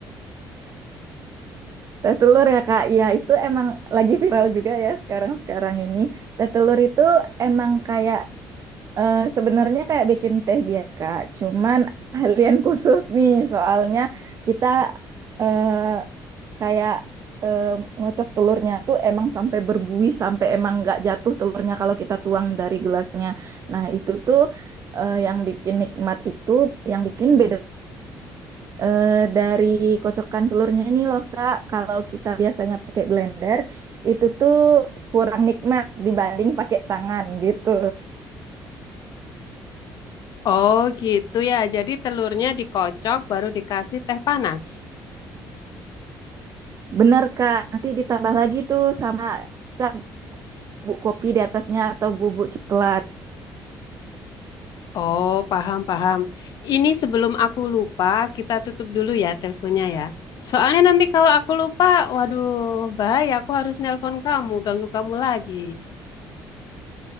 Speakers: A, on the right; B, on the left.
A: Teh telur ya Kak, ya itu emang lagi viral juga ya sekarang-sekarang ini. Teh telur itu emang kayak eh, sebenarnya kayak bikin teh biasa, Kak. Cuman ahlian khusus nih soalnya kita eh, kayak eh, ngocok telurnya tuh emang sampai berbuih sampai emang nggak jatuh telurnya kalau kita tuang dari gelasnya. Nah, itu tuh eh, yang bikin nikmat itu yang bikin beda eh, dari kocokan telurnya ini loh Kak. Kalau kita biasanya pakai blender itu tuh kurang nikmat dibanding pakai tangan gitu.
B: Oh gitu ya. Jadi telurnya dikocok baru dikasih teh panas.
A: Bener Kak, nanti ditambah lagi tuh sama kita bubuk kopi di atasnya atau bubuk coklat.
B: Oh, paham, paham. Ini sebelum aku lupa, kita tutup dulu ya teleponnya ya. Soalnya nanti kalau aku lupa, waduh, bahaya. Aku harus nelpon kamu, ganggu kamu lagi.